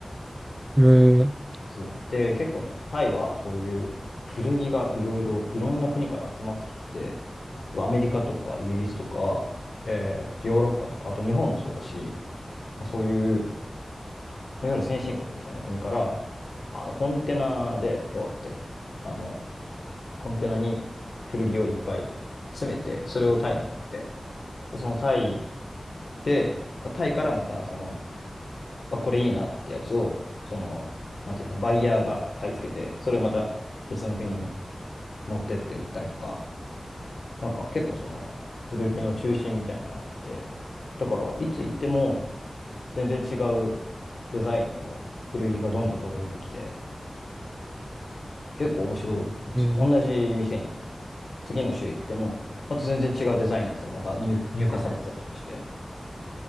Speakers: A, on the right; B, on the left.
A: うーん、
B: そう。で、結構ね、タイはそういう古着がいろいろ、いろんな国から集まってきてて、アメリカとかイギリスとか、えーヨーロッパとか、あと日本もそうだし、まあそういう、いわゆる先進国みたいな国から、あの、コンテナで、どうやって、あの、コンテナに古着をいっぱい詰めて、それをタイに送って、で、そのタイで、まあタイからまた、その、あこれいいなってやつを、その、なんていうの、バイヤーが買い付けて、それをまた別の国に持ってって売ったりとか、なんか結構その、古着の中心みたいなのになってて、だから、いつ行っても全然違うデザインの古着がどんどんどんどん出てきて、結構面白いんですよ。
A: うーん、
B: 同じ店に
A: う
B: 次の週行っても、また全然違うデザインのやつがまた入、入荷されてたりとかして。